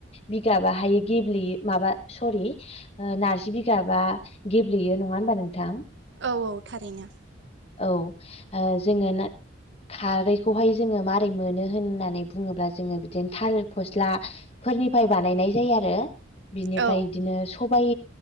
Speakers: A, on the left; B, on the right.
A: बिगाबाहाय गेब्लेयो माबा सरि नारजि बिगाबा गेब्लेयो नङा होनबा नोंथां?
B: औ औ थारैनो
A: औ जोङो ना खारैखौहाय जोङो माबारै मोनो होननानै बुङोब्ला जोङो बिदिनो थालिर फस्ला फोरनिफ्राय बानायनाय जायो आरो। बिनिफ्राय
B: औ
A: बिदिनो सबाय